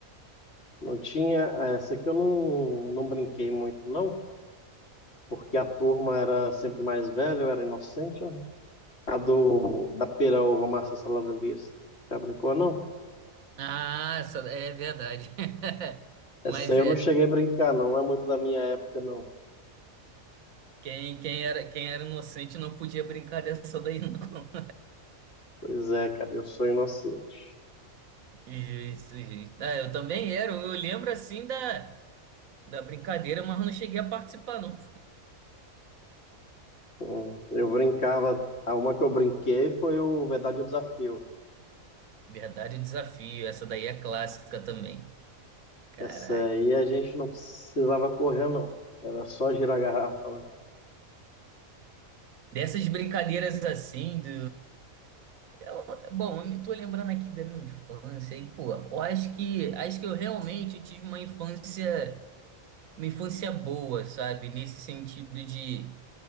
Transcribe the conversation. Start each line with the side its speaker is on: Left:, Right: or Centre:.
Left: não tinha. Essa aqui eu não, não brinquei muito, não, porque a turma era sempre mais velha, eu era inocente, né? A do, da pera, uva, massa, salada mista. Já brincou, não?
Right: Ah, essa- é verdade. <laughs>
Left: Essa
Right: Mas
Left: aí eu
Right: é,
Left: não cheguei a brincar, não. Não é muito da minha época, não.
Right: quem, quem era, quem era inocente não podia brincar dessa daí, não.
Left: Pois é, cara, eu sou inocente.
Right: <laughs> Justo, justo. Ah, eu também era. Eu lembro assim da. da brincadeira, mas não cheguei a participar, não.
Left: Hum, Eu brincava. A uma que eu brinquei foi o Verdade ou Desafio.
Right: Verdade, o desafio. Essa daí é clássica também. Caraca.
Left: Essa aí a gente não precisava correr, não. Era só girar a garrafa, né?
Right: Dessas brincadeiras assim do. Eu- Bom, eu me tô lembrando aqui da minha infância e, pô, eu acho que acho que eu realmente tive uma infância, uma infância boa, sabe? Nesse sentido de